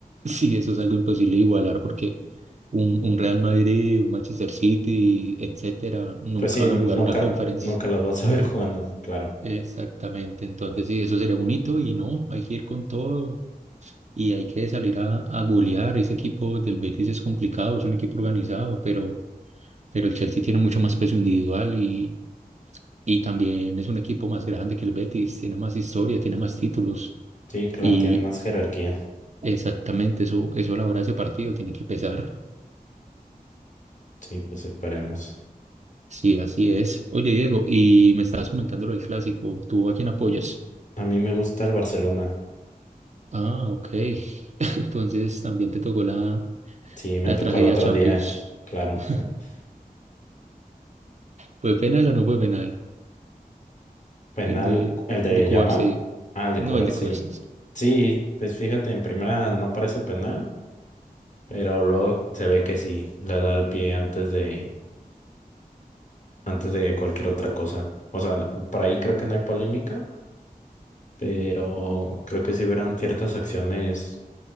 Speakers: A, on the right; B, on the left.
A: Sí, eso es algo imposible de igualar porque un, un Real Madrid, un Manchester City, etcétera, nunca
B: Pues sí,
A: van a jugar
B: nunca,
A: una conference.
B: nunca los vas a ver <laughs> jugando, claro.
A: Exactamente. Entonces, sí, eso sería un hito y no, hay que ir con todo y hay que salir a, a golear. Ese equipo del Betis es complicado, es un equipo organizado, pero, pero el Chelsea tiene mucho más peso individual y Y también es un equipo más grande que el Betis, tiene más historia, tiene más títulos.
B: Sí, claro,
A: Y
B: tienen más jerarquía.
A: exactamente eso, eso a la hora de ese partido tiene que pesar.
B: Sí, pues esperemos.
A: Sí, así es. Oye, Diego, y me estabas comentando lo del clásico. ¿Tú a quién apoyas?
B: A mí me gusta el Barcelona.
A: Ah, ok. <laughs> Entonces también te tocó la,
B: Sí, me
A: la
B: tocó
A: tragedia
B: el otro
A: Champions.
B: día, claro.
A: <laughs>
B: <laughs>
A: ¿Fue penal o no fue penal?
B: Penal,
A: El de,
B: el de
A: el de Cubarsí.
B: Yamal. Ah, el de
A: No,
B: Cubarsí.
A: el de Cubarsí.
B: Sí, Sí, pues fíjate, en primera no parece penal, pero luego se ve que sí, le da el pie antes de, antes de cualquier otra cosa. O sea, por ahí creo que no hay polémica, pero creo que sí hubieron ciertas acciones,